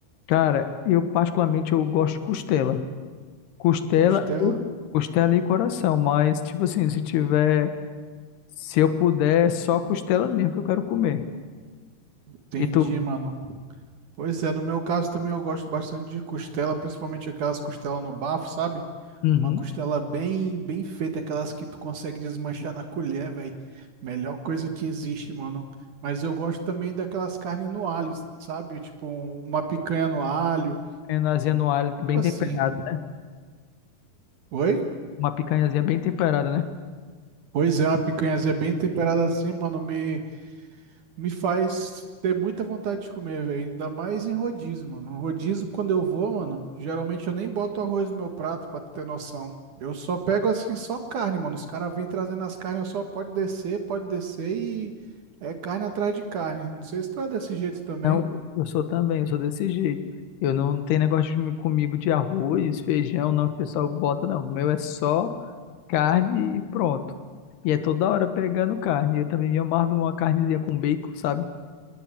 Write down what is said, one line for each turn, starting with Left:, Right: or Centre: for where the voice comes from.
Left: Cara, eu particularmente eu gosto de costela. Costela
Right: Costela?
Left: e costela e coração, mas tipo assim, se tiver, se eu puder, é só costela mesmo que eu quero comer.
Right: Entendi,
Left: E tu?
Right: mano. Pois é, no meu caso também eu gosto bastante de costela, principalmente aquelas costelas no bafo, sabe?
Left: Uhum.
Right: Uma costela bem, bem feita, aquelas que tu consegue desmanchar na colher, velho. Melhor coisa que existe, mano. Mas eu gosto também daquelas carnes no alho, sabe? Tipo, um- uma picanha no alho,
Left: Penazinha no alho,
Right: tipo
Left: bem
Right: assim.
Left: temperada, né?
Right: Oi?
Left: Uma picanhazinha bem temperada, né?
Right: Pois é, uma picanhazinha bem temperada assim, mano, me Me faz ter muita vontade de comer, velho. Ainda mais em rodízio, mano. Um rodízio, quando eu vou, mano, geralmente eu nem boto arroz no meu prato, pra tu ter noção. Eu só pego assim, só carne, mano. Os caras vêm trazendo as carnes, eu só pode descer, pode descer e é carne atrás de carne. Não sei se tu é desse jeito também.
Left: Não, eu sou também, eu sou desse jeito. Eu não tenho negócio de, me- comigo de arroz, feijão, não, que o pessoal bota, não. O meu é só carne e pronto. E é toda hora pegando carne. Eu também me amarro numa carnezinha com bacon, sabe?